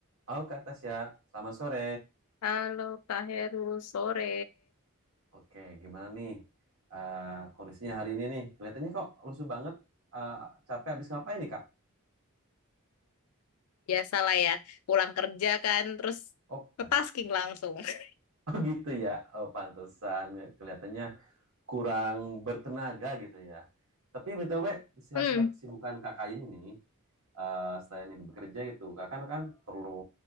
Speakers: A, on the right; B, on the left.
A: Halo Kak Tasya, selamat sore.
B: Halo Kak Heru, sore.
A: Oke, gimana nih eh, kondisinya hari ini nih? Kelihatannya kok lusuh banget. Eh, capek habis ngapain nih Kak?
B: Biasalah ya, pulang kerja kan, terus
A: Oh, pantesan.
B: ke tasking
A: <laughs>
B: langsung. <laughs>
A: Oh gitu ya. Oh, pantesan. Kelihatannya kurang bertenaga gitu ya. Tapi BTW, di sela-sela
B: Hmm,
A: kesibukan Kakak ini nih, eh, selain bekerja gitu, Kakak kan perlu